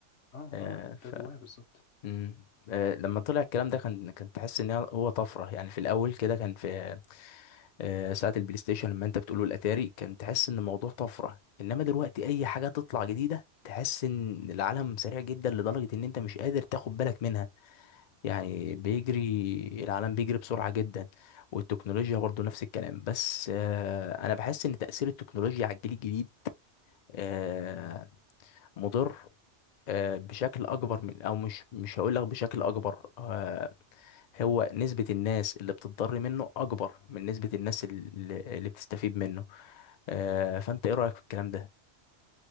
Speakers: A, on the left; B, on the left.
A: اه
B: آه
A: اه انت
B: ف
A: جواها بالظبط
B: مم. آه لما طلع الكلام ده كان كان تحس ان هو طفره يعني في الاول كده كان في آه ساعه البلاي ستيشن لما انت بتقوله الاتاري كان تحس ان الموضوع طفره انما دلوقتي اي حاجه تطلع جديده تحس ان العالم سريع جدا لدرجه ان انت مش قادر تاخد بالك منها يعني بيجري العالم بيجري بسرعة جدا والتكنولوجيا برضو نفس الكلام بس آه، أنا بحس إن تأثير التكنولوجيا على الجيل الجديد آه، مضر آه، بشكل أكبر من أو مش مش هقول لك بشكل أكبر آه، هو نسبة الناس اللي بتضر منه أكبر من نسبة الناس اللي, اللي بتستفيد منه آه، فأنت إيه رأيك في الكلام ده؟